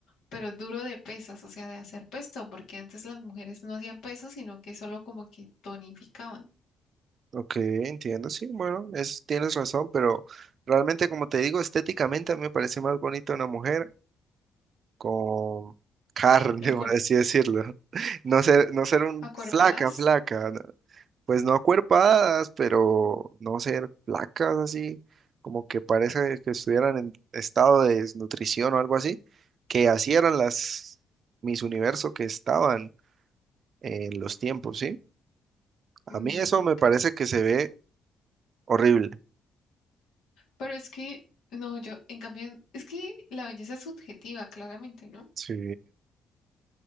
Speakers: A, on the left; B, on the right.
A: pero duro de pesas, o sea, de hacer peso, porque antes las mujeres no hacían peso, sino que solo como que tonificaban
B: Ok, entiendo, sí, bueno, es, tienes razón, pero realmente, como te digo, estéticamente a mí me parece más bonito una mujer con carne,
A: el
B: <laughs> por
A: cuerpo,
B: así decirlo. No ser, no ser un
A: acuerpadas.
B: flaca, flaca. ¿no? pues no acuerpadas, pero no ser flacas así, como que parece que estuvieran en estado de desnutrición o algo así, que así eran las mis Universo que estaban en los tiempos, ¿sí? A
A: mm,
B: mí eso
A: No,
B: me
A: ok,
B: parece que se ve horrible.
A: Pero es que, no, yo, en cambio, es que la belleza es subjetiva, claramente, ¿no?
B: Sí,